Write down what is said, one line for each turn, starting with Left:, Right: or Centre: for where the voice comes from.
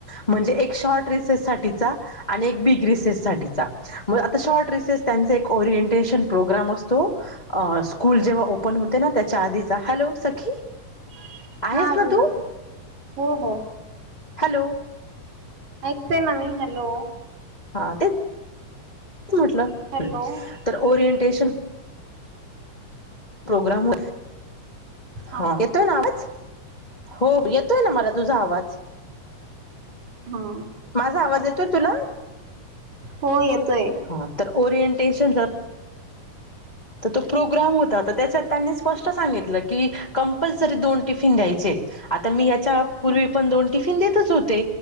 Left: म्हणजे एक शॉर्ट रिसेस साठीचा आणि एक बिग रिसेस साठीचा मग आता शॉर्ट रेसेस त्यांचा एक ओरिएंटेशन प्रोग्राम असतो स्कूल जेव्हा ओपन हो ना त्याच्या आधीचा हॅलो सखी आहेस
Right: हा
Left: ना
Right: बोोलला
Left: तू
Right: म हो हो.
Left: हॅलो.
Right: ऐकते न मी हॅलो.
Left: हा ते म्हटलं
Right: हॅलो
Left: तर ओरिएंटेशन प्रोग्राम
Right: हा
Left: ह येतो नावाज हो येतोय ना मला तुझा आवाज
Right: हा.
Left: माझा आवाज येतोय तुला?
Right: हो येतोय.
Left: हा तर ओरिएंटेशन ज तर तो प्रोग्राम होतात. तर त्याच्यात त्यांनी स्पष्ट सांगितलं की कंपल्सरी दोन टिफिन द्यायचे आता मी याच्या पूर्वी
Right: ह
Left: पण दोन टिफिन देतच होते